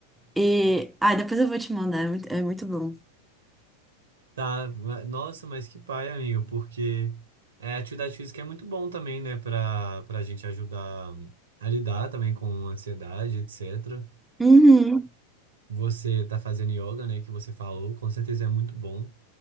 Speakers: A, in the centre; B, on the right.
A: e... Ah, depois eu vou te mandar, é muito, é muito bom.
B: Tá, ma- nossa, mas que pai, amiga, porque é, atividade física é muito bom também, né, pra, pra gente ajudar a lidar também com ansiedade, etcétera
A: Uhum,
B: Você tá fazendo yoga, né, que você falou, com certeza é muito bom.